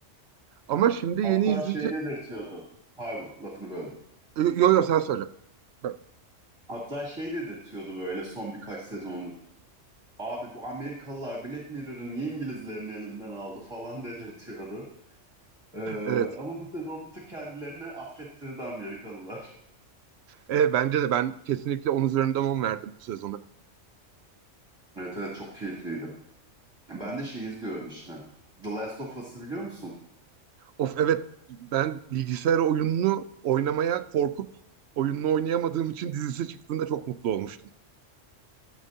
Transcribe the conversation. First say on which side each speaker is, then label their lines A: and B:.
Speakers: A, on the right; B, on the right.
A: Ama şimdi
B: Hatta
A: yeni izleyecek...
B: şey dedirtiyordu. Pardon, lafını böldüm.
A: Ee, Yo yo sen söyle. Ben-
B: Hatta şey dedirtiyordu böyle son birkaç sezondur. Abi bu Amerikalılar Black Mirror'ı niye İngilizlerin elinden aldı falan <laughs> dedirtiyordu. Ee,
A: Evet.
B: ama bu sezon bir tık kendilerini affettirdi Amerikalılar.
A: Evet bence de ben kesinlikle 10 üzerinden 10 verdim bu sezona.
B: Evet evet çok keyifliydi. Ben de şey izliyorum işte. The Last of Us'ı biliyor musun?
A: Of evet ben bilgisayar oyununu oynamaya korkup oyununu oynayamadığım için dizisi çıktığında çok mutlu olmuştum.